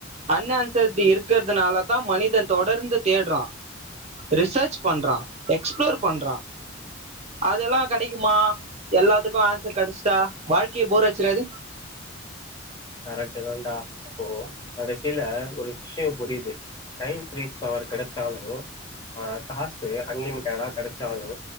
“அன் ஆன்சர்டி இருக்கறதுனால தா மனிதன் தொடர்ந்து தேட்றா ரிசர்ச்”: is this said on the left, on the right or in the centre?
Right